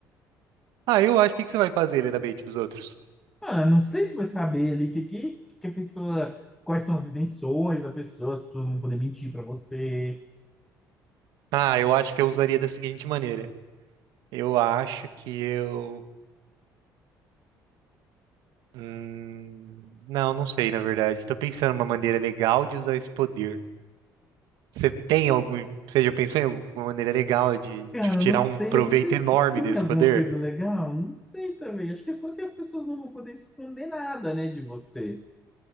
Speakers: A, on the right; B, in the centre.
A: Ah, eu acho. O que que você vai fazer, ele da bait dos outros?
B: Ah, não sei se vai saber ali que, que, que a pessoa. Quais são as intenções da pessoa, as pessoas vão poder mentir pra você.
A: Ah, eu acho que eu usaria da seguinte maneira. Eu acho que eu. Hum... Não, não sei, na verdade. Tô pensando numa maneira legal de usar esse poder. Você tem algum. Você já pensou em alguma maneira legal de
B: Cara,
A: tipo, tirar
B: eu não sei,
A: um proveito
B: eu não sei
A: enorme
B: se tem
A: desse
B: alguma
A: poder?
B: coisa legal, não sei também. Acho que é só que as pessoas não vão poder esconder nada, né, de você.